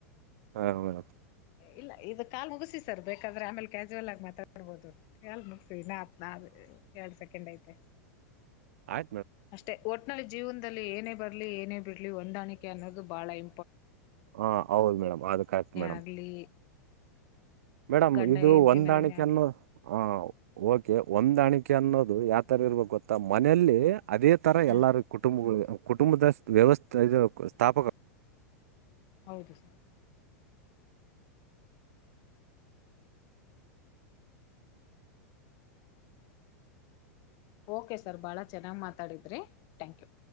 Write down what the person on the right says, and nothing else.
ಹಾ ಹ್ಮ
ಆಯ <unintelligible>
ಹ ಹೌದ ಮೇಡಮ್ ಅದು ಕರೆಕ್ಟ್ ಮೇಡಮ್
ಮೇಡಮ್
ಇದು
ಹೊಂದಾಣಿಕೆ
ಅನ್ನು ಹ ಓಕೆ ಒಂದ ಹೊಂದಾಣಿಕೆ ಅನ್ನೋದು ಯಾವ್ತರ ಇರ್ಬೇಕ್ ಗೊತ್ತಾ ಮನೆಲ್ಲಿ ಅದೇ ತರ
ಎಲ್ಲಾರ ಕುಟುಂಬಗಳ್ ಕುಟುಂಬದ ವ್ಯವಸ್ಥೆ ಇದು ಸ್ಥಾಪಕ